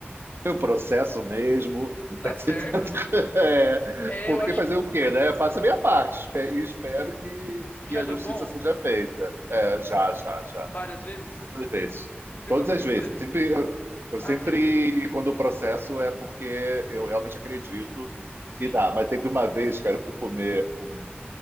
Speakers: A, on the right; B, on the left.
A: eu processo mesmo, né,
B: tá certo.
A: <laughs> tento, É,
B: É,
A: porque
B: eu acho.
A: fazer o quê, né? Eu Faço a minha parte espe- e espero que,
B: Já
A: que a
B: deu
A: justiça
B: bom
A: seja feita. É, já, já, já.
B: várias vezes?
A: Todas as vezes.
B: Você
A: Todas
B: conseguiu.
A: as vezes.
B: pre-
A: Eu sempre, eu, eu
B: Ah,
A: sempre,
B: você.
A: quando o processo é porque eu realmente acredito
B: Sim.
A: e dá. Mas teve uma vez, cara, eu fui comer um,